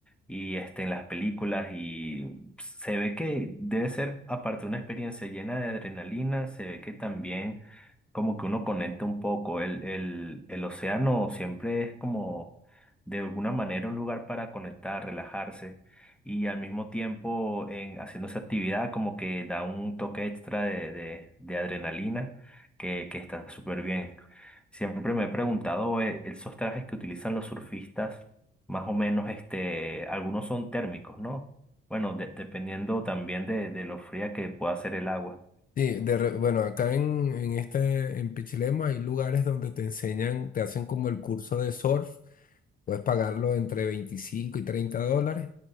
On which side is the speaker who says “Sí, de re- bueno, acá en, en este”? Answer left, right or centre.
Left